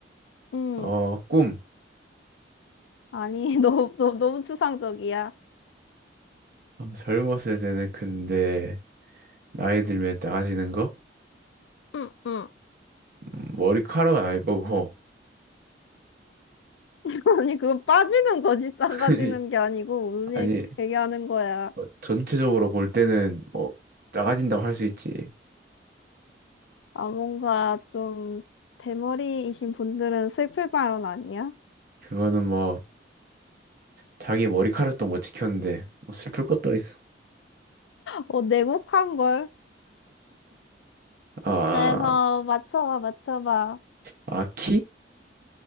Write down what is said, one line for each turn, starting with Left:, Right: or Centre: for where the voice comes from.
Left: 음,
Right: 어, 꿈.
Left: 아니, <laughs> 너무, 너무, 너무 추상적이야.
Right: 아, 젊었을 때는 근데 나이 들면 작아지는 거?
Left: 음, 음.
Right: 음, 머리카락은 아닐 거고.
Left: <laughs> 아니, 그건 빠지는 거지, 작아지는
Right: <laughs>
Left: 게 아니고, 무슨
Right: 아니,
Left: 얘기, 얘기하는 거야.
Right: 뭐 전체적으로 볼 때는 뭐 작아진다고 할 수 있지.
Left: 아, 뭔가 좀 대머리이신 분들은 슬플 발언 아니야?
Right: 그거는 뭐 자기 머리카락도 못 지켰는데 뭐 슬플 것도 있어.
Left: 어, 내곡한 걸.
Right: 아,
Left: 그래서 맞춰봐, 맞춰봐.
Right: 아, 키?